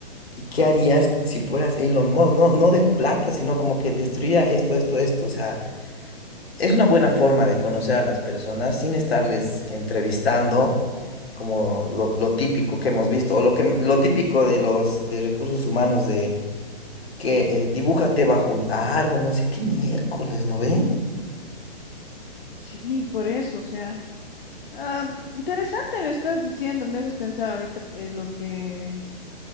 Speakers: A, on the left; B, on the left.
A: y qué harías si fueras Elon Musk, no, no de plata, sino como que destruiría esto, esto, esto. O sea, es una buena forma de conocer a las personas sin estarles entrevistando como lo, lo típico que hemos visto o lo que lo típico de los de recursos humanos de que eh, dibújate bajo un árbol, no sé qué miércoles, ¿no ve?
B: Sí, por eso, o sea, ah, interesante me estás diciendo, me haces pensar ahorita eh, lo que...